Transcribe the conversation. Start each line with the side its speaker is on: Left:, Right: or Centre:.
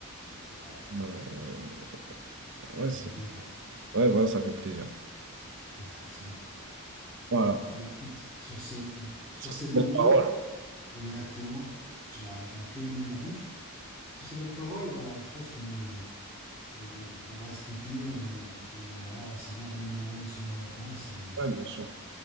Centre: C'est vrai, ça,
Right: euh, ouais,
Centre: ça
Right: c'est,
Centre: fait plaisir.
Right: ouais, voilà, ça fait plaisir.
Centre: <laughs> Exactement.
Right: Voilà.
Centre: Ah bah, écoute, sur ce, sur
Right: Sur
Centre: ces
Right: cette
Centre: beaux
Right: belle
Centre: mots,
Right: parole.
Centre: exactement, tu m'as, tu m'as pris les mots de la bouche. Sur ces belles paroles, bah, je pense que euh, on, on va se quitter. On, on- on- voilà, on s'est bien remémoré nos souvenirs d'enfance et,
Right: Ouais, bien sûr.